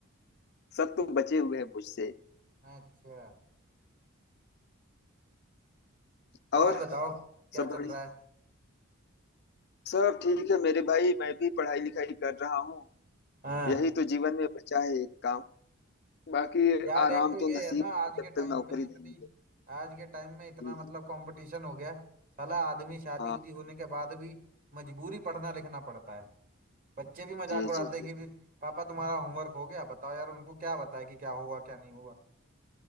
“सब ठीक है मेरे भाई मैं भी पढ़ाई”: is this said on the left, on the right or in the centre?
Left